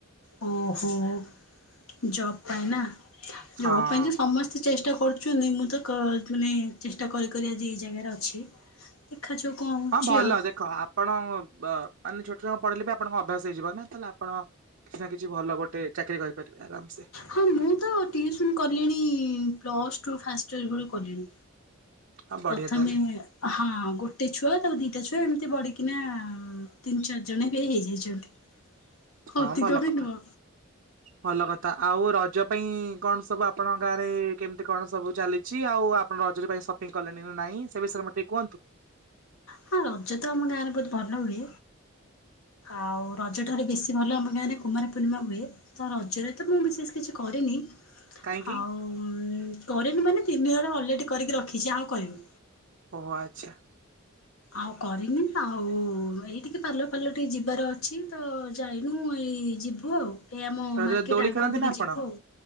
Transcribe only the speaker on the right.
ହଁ।
ହଁ ଭଲ
ଦେଖ ଆପଣ। ମାନେ ଛୋଟ ଜଣ ପଢେଇିଲେ ବି ଆପଣଙ୍କ ଅଭ୍ୟାସ ହେଇଯିବ ନା ତାହେଲେ ଆପଣ କିଛି ନା କିଛି ଭଲ ଗୋଟେ ଚାକିରି କରିପାରିବେ ଆରାମସ।
ଆଉ ବଢିଆ
ତାହେଲେ
ହଁ
ଭଲ
କଥା
ଭଲ କଥା ଆଉ ର। ପାଇଁ କଣ ସବୁ ଆପଣଙ୍କ ଗାଁରେ। କେମିତି କଣ ସବୁ ଚାଲିଛି ଆଉ ଆପଣ ରଜୁରୀ ପାଇଁ ସପିଙ୍ଗ କଲେଣି ନା ନାହିଁ ସେ ବିଷୟରେ ମେ ଟିକେ କୁହନ୍ତୁ।
କାହିଁକି
ଓୋ ଆଚ୍ଛା।
ରଜରେ
ଦୋଳି
ଖେଳନ୍ତି
ନା ଆପଣ